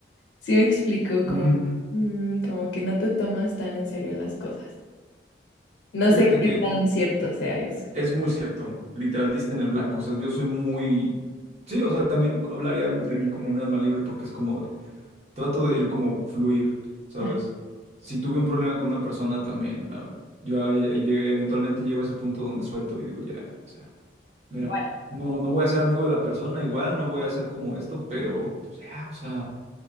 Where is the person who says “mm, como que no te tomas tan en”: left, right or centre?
Left